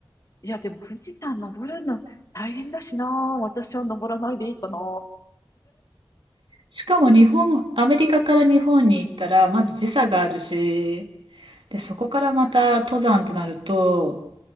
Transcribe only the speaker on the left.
いや、でも富士山登るの大変だしな。私は登らないでいいかな。
うん。